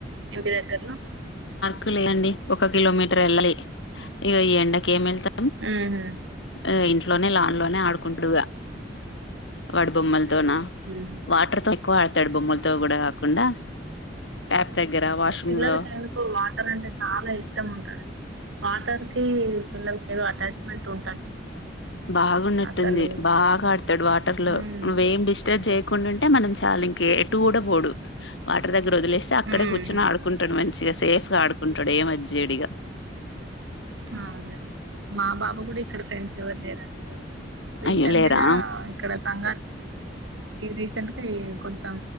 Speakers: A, on the right (about 80°); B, on the left (about 70°).
A: ఇంటి దగ్గర్లో
B: కులేండి ఒక కిలోమీటర్ ఎళ్ళాళ్ళి ఇగ ఈ ఎండకి ఏమెళ్తా
A: ఊహూ
B: ఆ ఇంట్లోనే లాన్ లోనే ఆడుకుంటుడుగా వాడు బొమ్మలతోన
A: ఉమ్ ఉమ్
B: వాటర్ తో ఎక్కువ ఆడతాడు బొమ్మలతో కూడా కాకుండా ట్యాప్ దగ్గర వాష్రూమ్
A: పిల్లలకెందుకో
B: లో
A: వాటర్ అంటే చాలా ఇష్టం ఉంటుంది వాటర్ కి పిల్లల్ కి ఏదో అటాచ్మెంట్ ఉంటట్టుంటదండి
B: బాగున్నట్టుంది
A: అసలు
B: బాగా ఆడతాడు వాటర్ లో
A: ఉమ్
B: నువ్వేం డిస్టర్బ్ చేయ కుండుంటే మనం చాలింక ఎటు కూడా పోడు వాటర్ దగ్గర వొదిలేస్తే అక్కడే
A: ఉమ్
B: కూర్చొని ఆడుకుంటాడు మంచిగా సేఫ్గా ఆడుకుంటాడు ఏమతిచేయడిగ
A: అ అదే మా బాబు కూడా ఇక్కడ ఫ్రెండ్స్ ఎవరు లేరండి రీసెంట్
B: అయ్యో లేరా
A: గా ఇక్కడ సంగ ఈ రీసెంట్గా ఈ కొంచెం